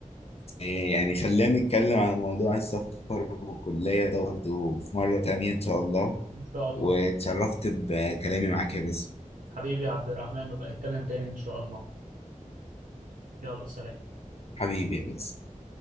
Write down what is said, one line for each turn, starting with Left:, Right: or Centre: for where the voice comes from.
Left: يعني خلينا نتكلم على موضوع السفر والكلية ده برضه في مرة تانية إن شاء الله
Right: إن شاء الله
Left: واتشرفت بكلامي معاك يا باسم
Right: حبيبي يا عبد الرحمن نبقى نتكلم تاني إن شاء الله يلا سلام
Left: حبيبي يا باسم